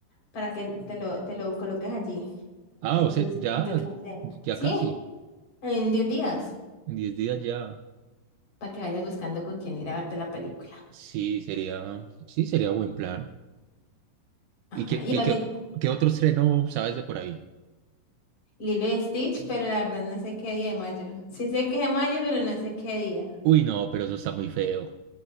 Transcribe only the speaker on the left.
para que te lo, te lo coloques allí,
en
tu,
en tu quincena.
Sí,
en 10 días,
para que vayas buscando con quién ir a verte la película.
Ajá.
Y
ahorita
Lilo y Stitch, pero la verdad no sé qué día de mayo. Sí sé que es de mayo, pero no sé qué día.